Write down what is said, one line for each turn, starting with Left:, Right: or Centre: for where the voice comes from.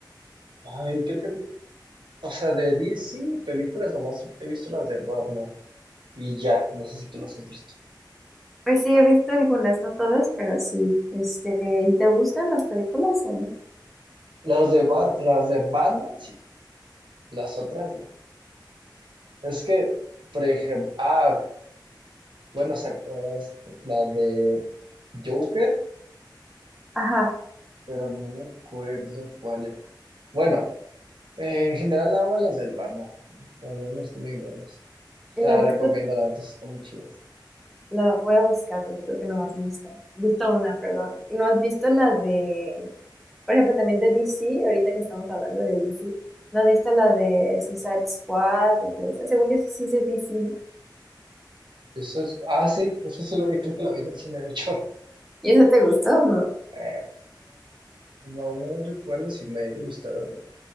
Right: Ay, creo que, o sea, de DC películas nomás he visto las de Batman y ya, no sé si tú las has visto.
Centre: Pues sí, he visto algunas, no todas, pero sí. Este, ¿y te gustan las películas o no?
Right: Las de, Bat- las de Batman sí, las otras no. Es que, por ejemplo, ah, bueno, o sea, las- la de Joker,
Centre: Ajá.
Right: pero no me acuerdo cuál era. Bueno, Eh, en general, nada más las del Batman. Las del Batman están muy buenas.
Centre: ¿Y
Right: Te
Centre: no
Right: las
Centre: has visto,
Right: recomiendo, la neta, sí están muy chidas.
Centre: la voy a buscar porque creo que no has visto, visto una, perdón. ¿Y no has visto las de, por ejemplo, también de DC, ahorita que estamos hablando de DC, ¿no has visto la de Suicide Squad o esa? Según yo sí, sí es de DC, ¿no?
Right: Eso es- ah, sí, eso sí lo vi, creo que lo vi en el cine, de hecho. <laughs>
Centre: ¿Y esa te gustó o no?
Right: Eh, pues la verdad no recuerdo si me haya gustado o no.